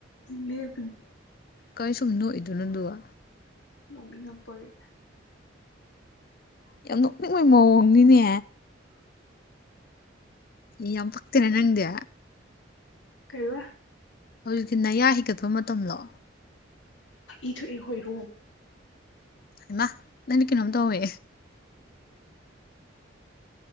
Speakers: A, on the left; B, on the left.
A: ꯅꯄꯤꯅꯦ
B: ꯀꯔꯤ ꯁꯨꯝ ꯅꯣꯛꯏꯗꯨꯅꯗꯨꯋꯥ
A: ꯅꯣꯛꯅꯤꯡꯉꯛꯄꯒꯤ
B: ꯌꯥꯝ ꯅꯣꯛꯅꯤꯡꯕꯩ ꯃꯑꯣꯡꯅꯤꯅꯦ ꯌꯥꯝ ꯐꯛꯇ ꯅ ꯅꯪꯗꯦ
A: ꯀꯩꯕ
B: ꯍꯧꯖꯤꯛꯇꯤ ꯅꯌꯥ ꯍꯤꯒꯠꯄ ꯃꯇꯝꯂꯣ
A: ꯏꯊ ꯏ ꯍꯣꯏꯔꯣ
B: ꯍꯥꯏꯃ ꯅꯅꯤ ꯀꯅꯣꯝ ꯇꯧꯋꯦ